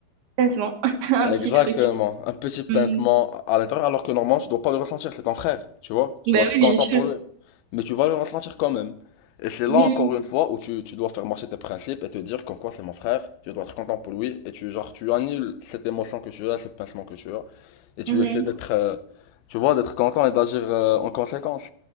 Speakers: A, on the right; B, on the left.
A: Honnêtement, <laughs> un
B: Exactement.
A: petit truc.
B: Un petit pincement
A: Hmm.
B: à l'intérieur, alors que normalement, tu dois pas le ressentir, c'est ton frère, tu vois. Tu
A: Bah
B: dois être
A: oui,
B: content
A: bien sûr.
B: pour lui. Mais tu vas le ressentir quand même. Et c'est
A: Oui,
B: là encore une fois où tu, tu dois faire marcher tes principes et te dire qu'en quoi c'est mon frère, tu dois être content pour lui, et tu genre tu annules cette émotion que tu as, ce pincement que tu as, et tu
A: oui.
B: essaies
A: Mhm.
B: d'être euh, tu vois, d'être content et d'agir euh, en conséquence.